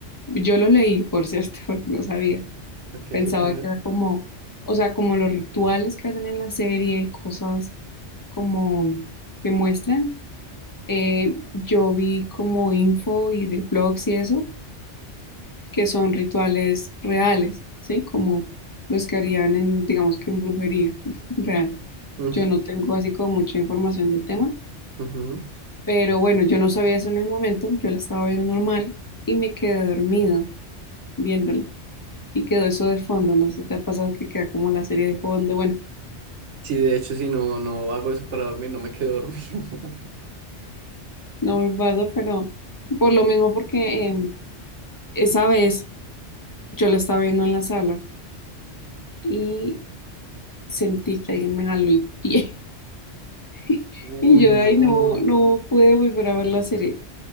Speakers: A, on the left (about 30°); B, on the right (about 80°).
A: yo lo leí, por cierto, <laughs> porque no sabía.
B: Ok,
A: Pensaba
B: a ver.
A: que era como, o sea, como los rituales que hacen en la serie, cosas como que muestran. Eh, yo vi como info y de blogs y eso, que son rituales reales, ¿sí? Como los que harían en, digamos que en brujería <laughs> real.
B: Mm,
A: Yo no tengo así como mucha información del tema,
B: ujú.
A: pero bueno, yo no sabía eso en el momento, yo la estaba viendo normal y me quedé dormida viéndola. Y quedó eso de fondo, no sé si te ha pasado que queda como la serie de fondo, bueno.
B: Sí, de hecho, si no, no hago eso para dormir, no me quedo dormido. <laughs>
A: No me pasa, pero por lo mismo porque em, esa vez yo la estaba viendo en la sala y sentí que alguien me jaló el pie <laughs>
B: Uy,
A: y yo
B: no.
A: de ahí no, no pude volver a ver la serie.